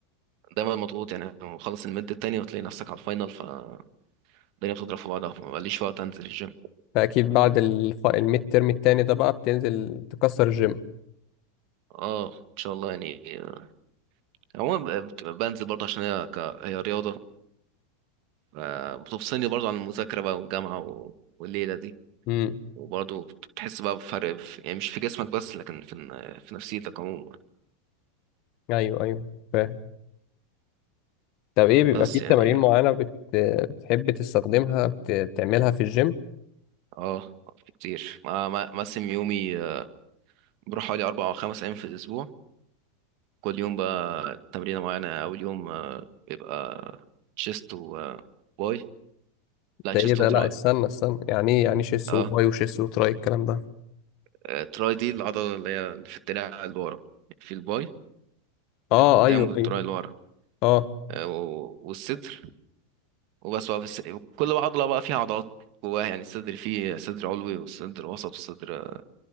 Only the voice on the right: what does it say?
دايما مضغوط يعني مخلص الميد التاني وتلاقي نفسك على الفاينل فالدنيا بتضرب في بعضها فما بقاليش وقت انزل الجيم
اه ان شاء الله يعني آه، عموما ب- بت- بنزل برضه عشان هي ك... هي رياضة آه، بتفصلني برضه عن المذاكرة بقى والجامعة و... والليلة دي
وبرضه بتحس بقى بفرق في يعني مش في جسمك بس لكن في في نفسيتك عموما
بس
يعني
اه في كتير ما ما مقسم يومي آه، بروح حوالي أربع أو خمس أيام في الأسبوع كل يوم بقى تمرينة معينة أول يوم آه، بيبقى تشيست و آه، باي لا
تشيست
وتراي
اه
آه، تراي دي العضلة اللي هي اللي في الدراع اللي ورا في الباي
اللي قدام
والتراي
اللي ورا
آه، و- والصدر وبس بقى في الس... كل عضلة بقى فيها عضلات جواها يعني الصدر فيه صدر علوي والصدر وسط والصدر